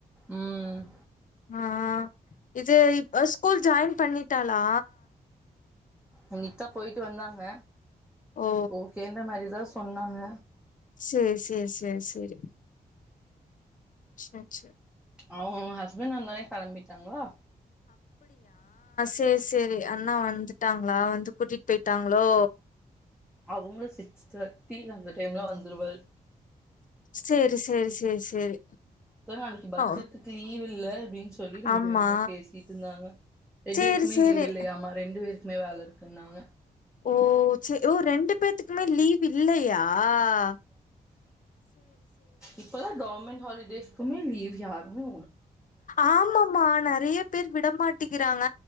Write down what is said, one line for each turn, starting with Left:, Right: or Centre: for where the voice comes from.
Centre: ம்
Left: ஆ இது இப் ஸ்கூல் ஜாயின் பண்ணி ட்டாளா
Centre: இன்னிக்த்தா போயிட்டு வந்தாங்க
Left: ஓ
Centre: ஓகேன்ற மாரிதாஸ் சொன்னாங்க
Left: சேரி சேரி சேரி சேரி ச்ச ச்ச
Centre: அவங்க அவங்க ஹஸ்பண்ட் வந்தொனே கெளம்பிட்டாங்களா
Left: சேர் சேரி அண்ணா வந்துட்டாங்களா வந்து கூட்டிட்டு போயிட்டாங்களோ
Centre: அவுங்க சிக்ஸ் தேர்ட்டி அந்த டைம்லா வந்துருவாரு
Left: சேரி சேரி சேரி சேரி
Centre: ஒருத்தவங்க பக்ரிதுக்கு
Left: ஓ
Centre: லீவு இல்ல அப்டினு சொல்லி ரெண்டு
Left: ஆமா
Centre: பேருமே பேசிட்டு இருந்தாங்க ரெண்டு
Left: சேரி
Centre: பேருக்குமே
Left: சேரி
Centre: லீவு இல்லியாமா ரெண்டு பேருக்குமே வேல இருக் க்குன்னாங்க
Left: ஓ செர் ஓ ரெண்டு பேத்துக்குமே லீவ் இல்லையா அப்படியா
Centre: இப்பதா கவர்மெண்ட் ஹாலிடேஸ்குமே லீவ் யார் உ
Left: ஆமா மான நெறைய பேர் விடமாட்டிக்கிறாங்க